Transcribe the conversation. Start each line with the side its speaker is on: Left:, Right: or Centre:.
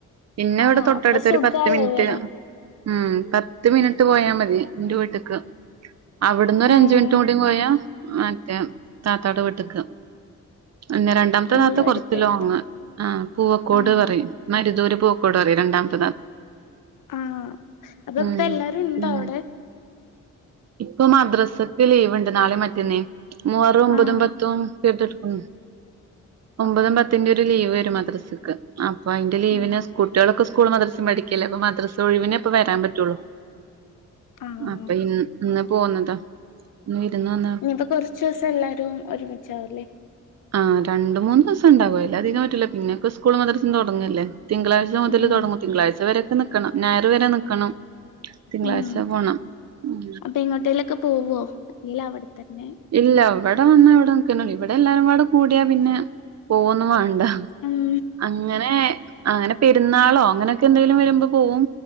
Right: പിന്നെ
Left: ആഹ്
Right: ഇവിടെ തൊട്ടടുത്ത്
Left: അപ്പൊ സുഖാല്ലേ
Right: ഒരു പത്ത് മിനിറ്റ്
Left: വരാൻ
Right: ഉം പത്ത് മിനിറ്റ് ട്ട് പോയാ മതി എന്റെ വീട്ട്ക്ക് അവിട്ന്ന് ഒരു
Left: ആഹ്
Right: അഞ്ചു മിനിറ്റ്- <unintelligible> മറ്റെ താത്താടെ വീട്ട്ക്ക് പിന്നെ രണ്ടാമത്തെ
Left: എല്ലും
Right: താത്ത കൊറച്ച്
Left: എടുത്തെടുത്ത്
Right: ലോങ്ങ് ആ പൂവക്കോട്
Left: ആഹ്
Right: പറയും മരുദൂര്- പൂവക്കോട് പറയും രണ്ടാമത്തെ താത്ത-
Left: ആഹ അതോ
Right: ഉം
Left: ഇപ്പ എല്ലാരും ഉണ്ടോ
Right: ഉം
Left: അവിടെ
Right: ഇപ്പൊ മദ്രസക്ക് ലീവുണ്ട് നാളെ മറ്റെന്നിം മുഹറം ഒമ്പതും
Left: ആഹ്
Right: പത്തും ടുക്ക <unintelligible>
Left: ആഹ്
Right: ഒമ്പതും
Left: ആഹ്
Right: പത്തിന്റെ ഒരു ലീവ് വരും മദ്രസക്ക് ആ അപ്പൊ അതിന്റെ ലീവിന്
Left: ഉം
Right: കുട്ടികളൊക്കെ സ്കൂൾ മദ്രസയും പഠിക്കല്ലേ അപ്പൊ മദ്രസ ഒഴിവിനെ ഇപ്പം വരാൻ പറ്റൊള്ളൂ
Left: ആഹ്
Right: അപ്പൊ ഇ ഇന്ന് പോന്നതാ വിരുന്ന് വന്നതാ
Left: ഇനിയിപ്പം കൊറച്ചു ദിവസം എല്ലാരും ഒരുമിച്ചാവു അല്ലേ
Right: ആഹ് രണ്ട് മൂന്ന് ദിവസം ഉണ്ടാകും അയിൽ അതികം പറ്റില്ല പിന്നെ ഒക്കെ സ്കൂൾ മദ്രസും തുടങ്ങല്ലേ. തിങ്കളാഴ്ച മുതൽ
Left: ഉം
Right: തൊടങ്ങും തിങ്കളാഴ്ച വരെയൊക്കെ നിക്കണം ഞായർ വരെ നിക്കണം. തിങ്കളാഴ്ച
Left: ഉം
Right: പോണം. ഉം.
Left: അപ്പൊ എങ്ങോട്ടേലൊക്കെ പോവോ അല്ലേൽ അവിടെ തന്നെ
Right: ഇല്ല ഇവിടെ വന്ന ഇവിടെ നിക്കുന്നു ഇവിടെ എല്ലാരുംപാട് കൂടിയാ പിന്നെ പോവൊന്നും വാ ണ്ട
Left: ഉം
Right: അങ്ങനെ അങ്ങനെ പെരുന്നാളോ അങ്ങനെയൊക്കെ എന്തെലും വരുമ്പോ പോവും.